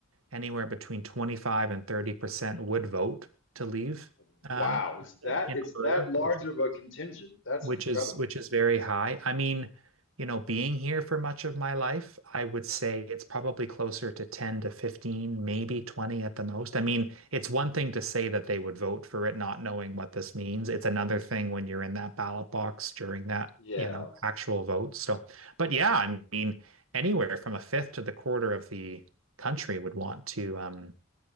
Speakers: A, on the right (about 90°); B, on the left (about 65°).
A: anywhere between 25 and 30% would vote to leave
B: Wow.
A: uh,
B: It's that
A: in
B: it's
A: Alberta,
B: that large
A: which
B: of a contingent. That's
A: which
B: incredible.
A: is which is very high. I mean, you know, being here for much of my life, I would say it's probably closer to 10 to 15, maybe 20 at the most. I mean, it's one thing to say that they would vote for it not knowing what this means. It's another thing when you're in that ballot box during that,
B: Yeah.
A: you know, actual vote. So, but yeah, I mean, anywhere from a fifth to the quarter of the country would want to um